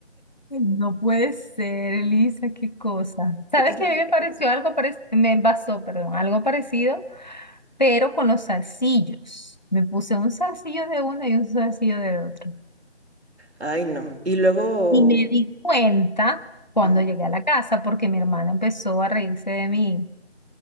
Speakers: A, on the left (about 40°); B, on the right (about 70°).
A: no puede ser, Elisa, qué cosa. ¿Sabes
B: Entonces,
A: que a mí me pareció algo parecido? Me pasó, perdón, algo parecido, pero con los zarcillos. Me puse un zarcillo de uno y un zarcillo de otro.
B: ay, no. Y luego,
A: Y me di cuenta cuando
B: mm,
A: llegué a la casa porque mi hermana empezó a reírse de mí.